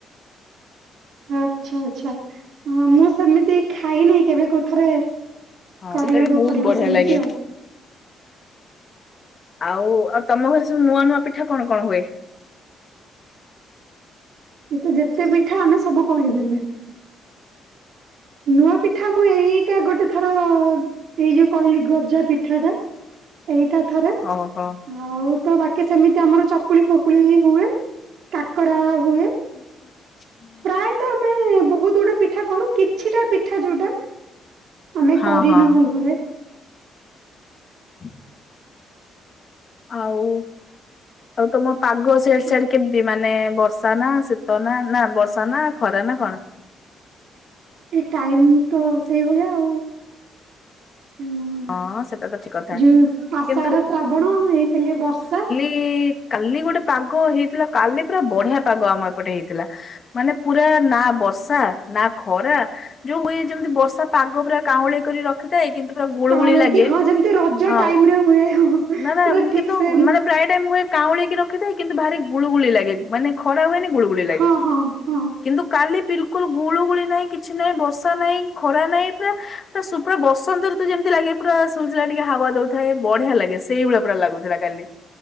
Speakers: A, on the right; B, on the left.
A: ଆଚ୍ଛା ଆଚ୍ଛା ମୁଁ ସେମିତି ଖାଇ ନାହିଁ କେବେ କୋଉଥିରେ କରିବାକୁ
B: ସେଟା ବି ବହୁତ
A: ପଡିବ
B: ବଢିଆ
A: ସେମିତି
B: ଲାଗେ
A: ଆଉ।
B: ଆଉ ଆ ତମ ଘରେ ସବୁ ନୂଆ ନୂଆ ପିଠା କଣ କଣ ହୁଏ?
A: ଏ ତ ଯେତେ ପିଠା ଆମେ ସବୁ କହିଦେଲେ। ନୂଆ ପିଠା ମୁଁ ଏ ଏଇଟା ଗୋଟେ ଥର ଏଇ ଯୋଉ କହିଲି ଗଜା ପିଠା ଟା ଏଇଟା ଥରେ
B: ଓହୋ
A: ଆଉ ତ ବାକି ସେମିତି ଆମର ଚ କୁଳି ଫକୁଳି ହୁଏ କାକରା ହୁଏ।
B: <unintelligible>
A: ପ୍ରାୟତଃ ଆମେ ବହୁତ ଗୁଡେ ପିଠା କରୁ କିଛିଟା ପିଠା ଯୋଉଟା ଆମେ
B: ହଁ
A: କରି
B: ହଁ।
A: ନାହୁଁ ଘରେ।
B: <inaudible> ଆଉ ଆଉ ତମ ପାଗ ସେଆଡ଼େ ସେଆଡ଼େ
A: ଆ
B: କେମତି ମାନେ ବର୍ଷା ନା ସେ ତ ନା ନା ବର୍ଷା ନା ଖରା ନା କଣ?
A: ଏ ଟାଇମ ତ ସେଇଭଳିଆ ଆଉ। ଉଁ
B: ହଁ ସେଟା ତ ଠିକ କଥା।
A: ଯେଉଁ ଆଷାଢ଼,
B: କିନ୍ତୁ
A: ଶ୍ରାବଣ ଏଇ ସାଙ୍ଗେ ବର୍ଷା
B: କି କାଲି ଗୋଟେ ପାଗ ହେଇଥିଲା କାଲି ପୁରା ବଢ଼ିଆ ପାଗ ଆମ ଏପଟେ ହେଇଥିଲା। ମାନେ ପୁରା ନା ବର୍ଷା ନା ଖରା ଯଉଁ ଉଏ ଯେମତି ବର୍ଷା ପାଗ ପୁରା କାଉଁଳି କରି ରଖିଥାଏ। କିନ୍ତୁ ପୁରା ଗୁଳୁ
A: କାଉଁଳେଇକି
B: ଗୁଳି ଲାଗେ
A: ହଁ ଯେମିତି ରଜ
B: ହଁ
A: ଟାଇମ ରେ ହୁଏ ହଁ ପୁରା
B: ନା ନା ଉଁ
A: ଠିକ
B: କିନ୍ତୁ
A: ସେ
B: ମ ମାନେ ପ୍ରାୟ ଟାଇମ୍ ହୁଏ କାଉଁଳେଇକି ରଖିଥାଏ କିନ୍ତୁ ଭାରି ଗୁଳୁଗୁଳି ଲାଗେ ମାନେ ଖରା ହୁଏନି ଗୁଳୁଗୁଳି ଲାଗେ।
A: ହଁ ହଁ ହଁ।
B: କିନ୍ତୁ କାଲି ବିଲକୁଲ ଗୁଳୁଗୁଳି ନାହିଁ କିଛି ନାହିଁ ବର୍ଷା ନାହିଁ ଖରା ନାହିଁ ପୁରା ପୁରା ସୁପ ରେ ବସନ୍ତରି ତୁ ଯେମତି ଲାଗେ ପୁରା ସୁଲସୁଲିଆ ଟିକେ ହାୱା ଦଉଥାଏ ବଢିଆ ଲାଗେ ସେଇଭଳିଆ ପୁରା ଲାଗୁଥିଲା କାଲି।